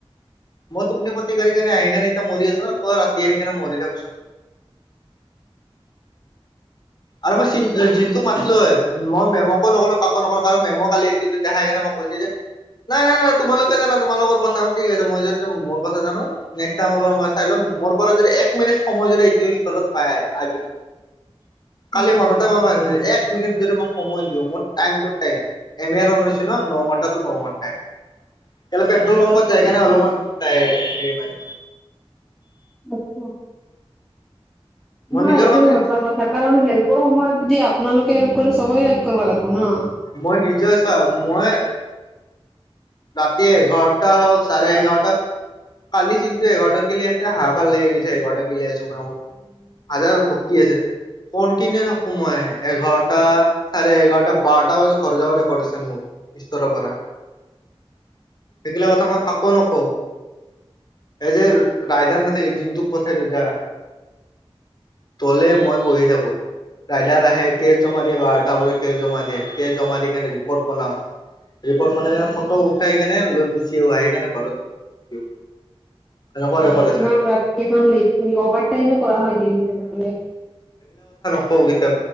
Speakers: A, on the left; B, in the centre.
A: মই তুপনি ক্ষতিকাৰি কাৰনে আহি কেনে এতিয়া মৰি আছো ন ত ৰাতি আহি কেনে মৰি থাককচোন
B: <unintelligible>
A: আৰু মই চ ত মাতলো হয়, মই মেমকো নকলো, কাকো নো কাৰন, মেমু কালি, এন্ত্ৰীটো দেখাই কৈছে যে নাই নাই নাই তোমালোকে জানা তোমালোকৰ কথা ঠিক আছে মই যদি মোৰ কথা জানো নেক্সট টাইমৰ পৰা মই চাই ল'ম মোৰ পৰা যদি এক মিনিট সময় যদি এইটো স্তৰত পাই আজিৰ
B: <unintelligible>
A: কালি
B: উম
A: মনতে, মকভাগছি এক মিনিট যদি মই সময় দিওঁ, মোৰ টাইম টো, টাইম, এম, ৰন হৈছে ন, ন ঘন্টা টো, ন ঘন্টাাই। লে পেট্ৰল পাম্পত যায়গ নাই অলপমান হেৰি মাৰ
B: আচছা
A: মই
B: নহয়
A: নিজৰ
B: এইটো
A: কামখিনি
B: সচা কথা কাৰণ হেল্পৰ সময়ত যদি আপোনালোকে হেল্প কৰে সবে হেল্প কৰিব লাগিব ন
A: মই নিজৰ চ মই ৰাতি এঘাৰটা হওক চাৰে এঘাৰটা কালি চিন্তন্তু এঘাৰটা গলে আ হাহাকাৰ লাগিৈছে ঘক গিল আছো মত হাজাৰ বক্তি আছে, কন্টিনিউ থাকো মই এঘাৰটা চাৰে এঘাৰটা। বাৰটা বজাত ঘৰ যাব ৰেকৰ্ড আছে মোৰ ্তৰৰ পৰা সেইগিলা কথা মই ক আকৌ নক এই যে ৰাায়দান নাথাকে জিন্তুক পথাই ৰৈ যা তলে মই বহি থাকো ৰাইডাৰ আহে কেচ জমা দিয়ে বাৰটা বজাত কেচ জমা দিয়ে কেচ জমা দি কেনে ৰিপৰ্ট বনাওঁ ৰিপৰ্ট বনাই কেনে ফটো উঠাই কেনে লৈ গুচি আহও আহি কেনে ঘৰত দিওঁ এনেকুৱা ৰেকৰ্ড আছে
B: মান ৰাতি কিমানট কৰি অভাৰাইম কৰা হয় ডেলিনেলে
A: ক কেতিয়াও